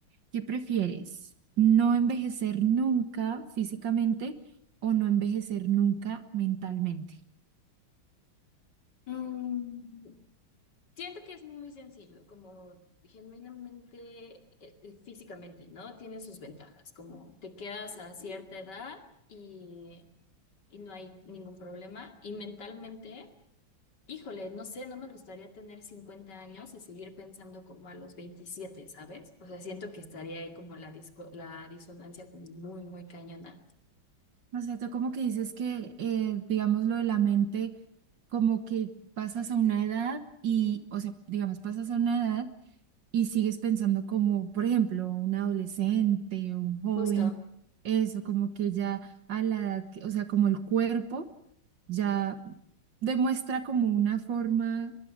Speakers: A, on the right (about 65°); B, on the left (about 55°).
A: ¿Qué prefieres? ¿No envejecer nunca físicamente o no envejecer nunca mentalmente?
B: Mm, siento que es muy sencillo, como genuinamente, eh, eh, físicamente, ¿no? Tiene sus ventajas, como te quedas a cierta edad y y no hay ningún problema. Y mentalmente, híjole, no sé, no me gustaría tener 50 años y seguir pensando como a los veintisiete ¿sabes? O sea, siento que estaría ahí como la disco- la disonancia como muy, muy cañona.
A: O sea, tú como que dices que, eh, digamos, lo de la mente, como que pasas a una edad y, o sea, digamos, pasas a una edad y sigues pensando como, por ejemplo, un adolescente o un joven,
B: Justo.
A: eso, como que ya a la edad, que- o sea, como el cuerpo ya demuestra como una forma,